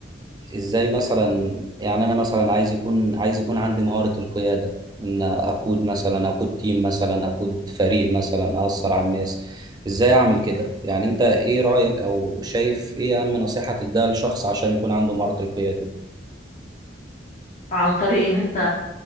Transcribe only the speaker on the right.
ازاي مثلا يعني انا مثلا عايز يكون عايز يكون عندي مهارة القيادة ان اقود مثلا اقود تيم مثلا اقود فريق مثلا اثر على الناس ازاي اعمل كده يعني انت ايه رأيك او شايف ايه اهم نصيحة تديها لشخص عشان يكون عنده مهارة القيادة دي؟